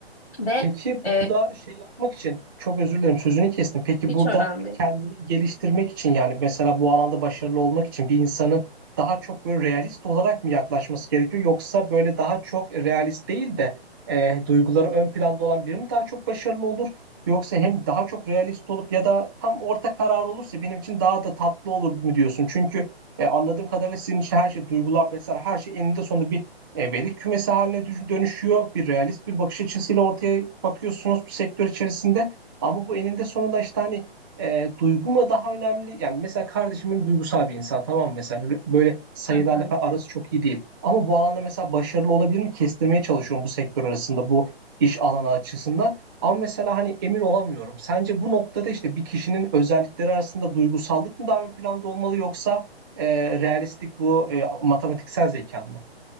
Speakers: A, on the left (about 90°); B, on the right (about 20°).
A: Ve
B: Peki
A: e,
B: burada şey yapmak için çok özür dilerim sözünü kestim. Peki
A: hiç
B: burada
A: önemli değil.
B: kendini geliştirmek için yani mesela bu alanda başarılı olmak için bir insanın daha çok böyle realist olarak mı yaklaşması gerekiyor yoksa böyle daha çok realist değil de e, duyguları ön planda olan biri mi daha çok başarılı olur? Yoksa hem daha çok realist olup ya da tam orta karar olursa benim için daha da tatlı olur mu diyorsun? Çünkü e, anladığım kadarıyla sizin için her şey duygular vesaire her şey eninde sonunda bir e, veri kümesi haline dönüşüyor. Bir realist bir bakış açısıyla ortaya bakıyorsunuz bu sektör içerisinde. Ama bu eninde sonunda işte hani e, duygu mu daha önemli? Yani mesela kardeşimin duygusal bir insan tamam mı? mesela böyle böyle sayılarla
A: Hı hı.
B: falan arası çok iyi değil. Ama bu alanda mesela başarılı olabilir mi? Kestirmeye çalışıyorum bu sektör arasında bu iş alanı açısından. Ama mesela hani emin olamıyorum. Sence bu noktada işte bir kişinin özellikleri arasında duygusallık mı daha ön planda olmalı yoksa e, realistlik bu e, matematiksel zeka mı?